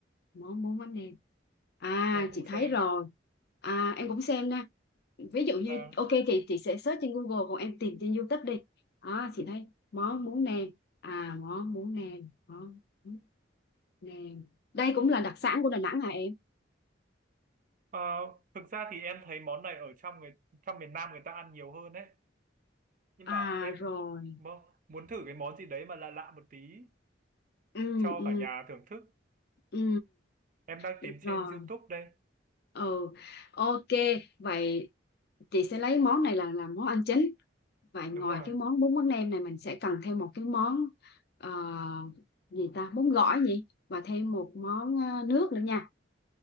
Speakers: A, on the left; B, on the right.
A: món bún mắm nêm à
B: em cũng
A: chị thấy
B: xem
A: rồi à em cũng xem nha ví dụ như
B: vâng
A: ok chị chị sẽ search trên Google còn em tìm trên YouTube đi à chị thấy món bún nêm à món bún nêm món bún nêm đây cũng là đặc sản của Đà Nẵng hả em
B: Ờ, thực ra thì em thấy món này ở trong người trong miền Nam người ta ăn nhiều hơn đấy nhưng
A: à
B: mà em
A: rồi
B: mu- muốn thử cái món gì đấy mà lạ lạ một tí
A: ừ
B: cho
A: ừ
B: cả nhà thưởng thức
A: ừ
B: em đang
A: được
B: tìm trên
A: rồi
B: YouTube đây
A: ừ ok vậy chị sẽ lấy món này là làm món ăn chính Vậy ngoài
B: đúng rồi
A: cái món bún bánh nem này mình sẽ cần thêm một cái món ờ, gì ta bún gỏi gì và thêm một món ờ, nước nữa nha